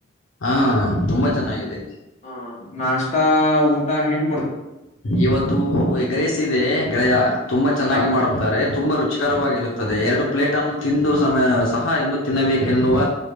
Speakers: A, on the left (about 75°); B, on the left (about 35°).
A: ಹಾ ತುಂಬಾ ಚೆನ್ನಾಗಿದೆ
B: ಹ ನಾಷ್ಟತಾ ಊಟ ಹೆಂ
A: ಇವತ್ತು ಎಗ್ರಸಿದೆ ಗೆಳೆಯ ತುಂಬಾ ಚೆನ್ನಾಗಿ
B: ರಾತ್ರಿ
A: ಮಾಡುತ್ತಾರೆ ತುಂಬಾ ರುಚಿ ಚಿಕರವಾಗಿರುತ್ತೆ ದೆ ಎರಡು ಪ್ಲೇಟ್ ಅನ್ನು ತಿಂದು ಸಮ ಸಹ ಇನ್ನು ತಿನ್ನಬೇಕೆನ್ನುವ